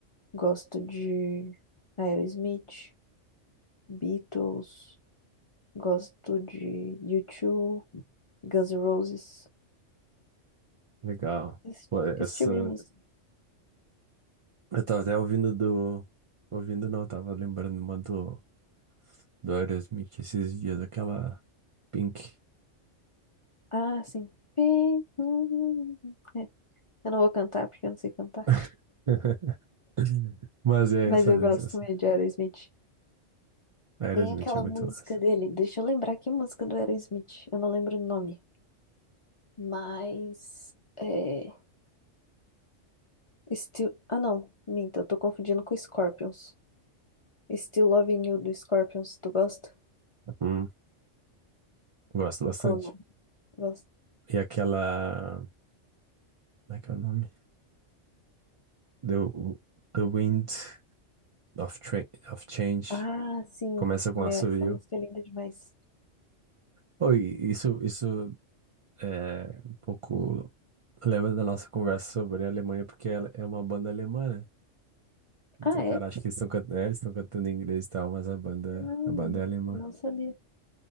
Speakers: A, on the left (about 40°); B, on the right (about 45°).
A: Gosto de Aerosmith, Beatles, gosto de U2, Guns N' Roses,
B: legal.
A: esse,
B: Pô,
A: esse
B: essa.
A: tipo de música.
B: Eu tava até ouvindo do. Ouvindo não, tava lembrando uma do, do Aerosmith esses dias, aquela Pink.
A: Ah, sim. Bem, hum, hum, hum. hum. É, Eu não vou cantar porque eu não sei cantar.
B: <laughs> Mas é
A: Mas
B: essa
A: eu
B: mesmo,
A: gosto
B: essa.
A: também de Aerosmith.
B: Aerosmith
A: Tem aquela
B: é muito
A: música
B: massa.
A: dele, deixa eu lembrar que música do Aerosmith, eu não lembro o nome, mas é Still, ah não, minta, eu tô confundindo com Scorpions. Still Loving You do Scorpions, tu gosta?
B: Uhum. Gosto bastante.
A: Ou não? Gosto.
B: E aquela. Como é que é o nome? The, The Wind of, Tra- of Change.
A: Ah, sim.
B: Começa com
A: Meu,
B: assobio.
A: essa música é linda demais.
B: Oh, e isso, isso é um pouco. Lembra da nossa conversa sobre a Alemanha, porque ela é uma banda alemã, né? Então,
A: Ah,
B: cara,
A: é?
B: acho que eles estão cantando, eles estão cantando em inglês e tal, mas a banda,
A: Ah,
B: a banda é alemã.
A: não sabia.